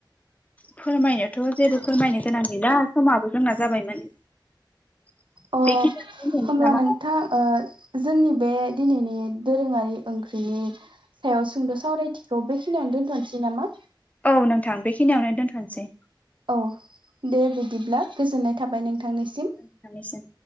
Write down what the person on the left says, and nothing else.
फोरमायनोथ' जेबो फोरमायनो गोनां गैला समाबो जोंना जाबायमोन।
बेखिनियावनो दोनथ'नोसै
नामा
औ नोंथां बेखिनियावनो दोनथ'नोसै।
नोंथांनिसिम।